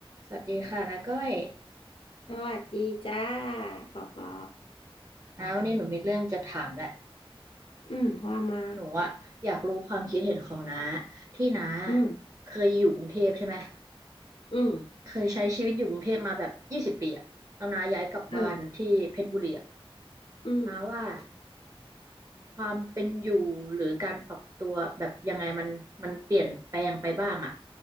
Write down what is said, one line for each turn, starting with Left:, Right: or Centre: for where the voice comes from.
Right: สวัสดีค่ะนาก้อย
Left: สวัสดีจ้าปอปอ
Right: นาวันนี้หนูมีเรื่องจะถามแหละ
Left: อืมว่ามา
Right: หนูอะอยากรู้ความคิดเห็นของน้าที่น้า
Left: อืม
Right: เคยอยู่กรุงเทพใช่ไหม
Left: อืม
Right: เคยใช้ชีวิตอยู่กรุงเทพมาแบบยี่สิบปีอะแล้วน้าย้ายกลับบ้านที่เพชรบุรีอะ
Left: เอออืม
Right: น้าว่าความเป็นอยู่หรือการปรับตัวแบบยังไงมันมันเปลี่ยนแปลงไปบ้างอะ